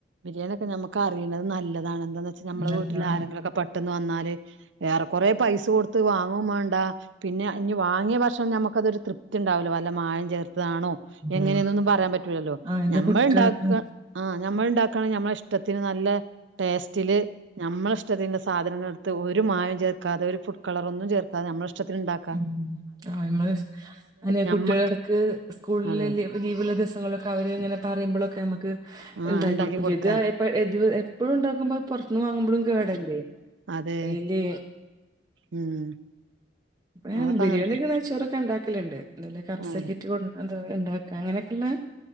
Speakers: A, on the right (about 85°); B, on the right (about 20°).
A: ബിരിയാണി ഒക്കെ നമുക്ക് അറിയുന്നത് നല്ലതാണ് എന്താന്ന് വെച്ചാൽ നമ്മടെ
B: പിന്നെന്താ?
A: വീട്ടിൽ ആരങ്കിലൊക്കെ പെ ട്ടന്ന്‌ വന്നാല് ഏറെ കൊറെ പൈസ കൊടുത്ത് വാങ്ങുവേയും വേണ്ട പിന്നെ ഇനി വാങ്ങിയ ഭ പക്ഷെ നമുക്ക് അതൊരു തൃപ്തി ഉണ്ടാവില്ല വല്ല മായം ചേർത്തതാണോ എങ്ങനെയെന്നൊന്നും
B: ഉം
A: പറയാൻ പറ്റൂല്ലല്ലോ
B: ആ ഇത് കുട്ടികൾക്ക്
A: നമ്മള് ഉണ്ടാക്കുക ആ നമ്മൾ ഉണ്ടാക്കയാണെങ്കിൽ നമ്മടെ ഇഷ്ടത്തിന് നല്ല ടേസ്റ്റില് നമ്മളെ ഇഷ്ടത്തിന്റെ സാധനങ്ങൾ എടുത്ത് ഒരു മായവും ചേർക്കാതെ ഒരു ഫുഡ് കളറൊന്നും ചേർക്കാതെ നമ്മടെ ഇഷ്ടത്തിന് ഇഷ്ടത്തിന് ഉണ്ടാക്ക
B: ഉ നമ്മൾ അന്നെ
A: ഞമ്മക്ക്
B: കുട്ടികളടക്ക് സ്കൂളിള്
A: അതെ
B: ലിവുള്ള ദിവസങ്ങളിലൊക്കെ അവര് ഇങ്ങനെ പറയുമ്പളൊക്കെ നമുക്ക്
A: ആ
B: ഉണ്ടാക്കി കൊടുക്കും
A: കൊടുക്ക
B: ചെയ്ത് എപ്പഴും ഉണ്ടാക്കുമ്പോ പുറത്തന്ന് വാങ്ങുമ്പോഴും കേടല്ലേ
A: അതെ
B: അയില്
A: ഉം
B: അപ്പം
A: അതൊക്കെ
B: ബിരിയാണിയൊക്കെ
A: അങ്ങനത്തെ
B: നെയ്ച്ചോറൊക്കെ ഉണ്ടാക്കലുണ്ട് എന്തേലും കബ്സ
A: അതെ
B: കിറ്റ് കൊ അത് ഉണ്ടാക്ക അങ്ങനെയൊക്കെയുള്ളെ